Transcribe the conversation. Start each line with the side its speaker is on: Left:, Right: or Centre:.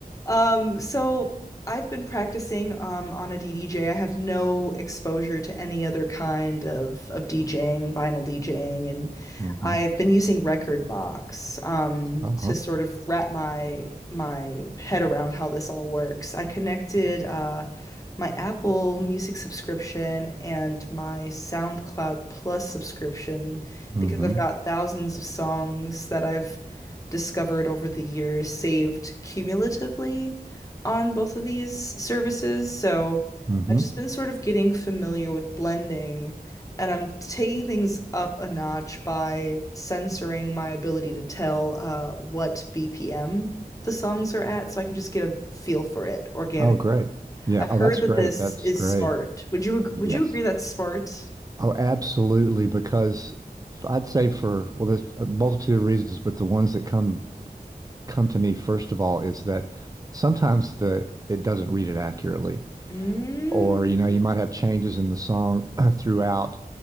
Left: Um, so I've been practicing um on a DDJ. I have no exposure to any other kind of of DJing, vinyl DJing, and
Right: Mm-hmm.
Left: I've been using Record um,
Right: Uh-huh.
Left: to sort of wrap my my head around how this all works. I connected uh, my Apple Music subscription and my SoundCloud Plus subscription
Right: Mm-hmm.
Left: because I've got thousands of songs that I've discovered over the years saved cumulatively on both of these services. So
Right: Mm-hmm.
Left: I've just been sort of getting familiar with blending. And I'm taking things up a notch by censoring my ability to tell uh, what BPM the songs are at, so I can just get a feel for it organically.
Right: Oh, great. Yeah.
Left: I've heard
Right: Oh, that's
Left: that
Right: great.
Left: this
Right: That's
Left: is
Right: great.
Left: smart. Would you ag-
Right: Yes.
Left: would you agree that's smart?
Right: Oh, absolutely. Because f- I'd say for, well, there's a multitude of reasons, but the ones that come come to me first of all is that sometimes the it doesn't read it accurately
Left: Mm,
Right: or you know you might have changes in the song <clears throat> throughout